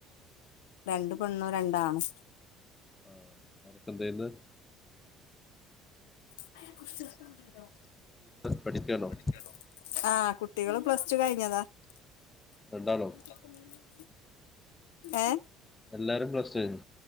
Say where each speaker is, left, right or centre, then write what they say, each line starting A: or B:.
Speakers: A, on the left; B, on the left.
A: ആര്-
B: രണ്ട് പെണ്ണും
A: ആർക്ക്-
B: രണ്ടാണും
A: ആ അവരൊക്കെ എന്താ ചെയിന്നേ?
B: <inaudible> ചെയ്യുന്നേ?
A: പഠിക്കുകയാണോ
B: പഠിക്കാണോ? ആ കുട്ടികള് പ്ലസ് ടു കഴിഞ്ഞതാ. മ
A: രണ്ടാളോ
B: ഏ
A: എല്ലാരേം <unintelligible>